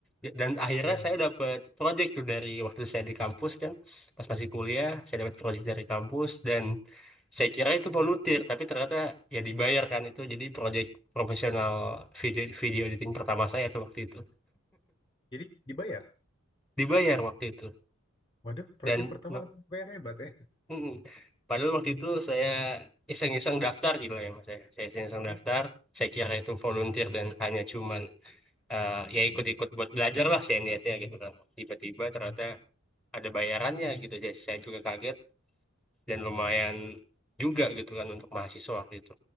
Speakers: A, in the centre; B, on the left (about 20°).
A: Ya, dan akhirnya
B: Ya.
A: saya dapat proyek tuh dari waktu saya di kampus kan pas masih kuliah saya dapat proyek dari kampus dan saya kira itu volunteer tapi ternyata ya dibayar kan itu jadi proyek profesional video video editing pertama saya tuh waktu itu
B: Jadi dibayar.
A: dibayar waktu itu
B: Waduh, project
A: dan
B: pertama
A: no-
B: langsung dibayar hebat ya.
A: mm-mm. padahal waktu itu saya iseng-iseng daftar gitu lah ya mas ya saya iseng-iseng
B: Hmm?
A: daftar saya kira itu volunteer dan hanya cuman eh, ya ikut-ikut buat belajar lah saya niatnya gitu kan. Tiba-tiba
B: Hmm.
A: ternyata ada bayarannya gitu. Jadi saya juga kaget dan lumayan juga gitu kan untuk mahasiswa gitu.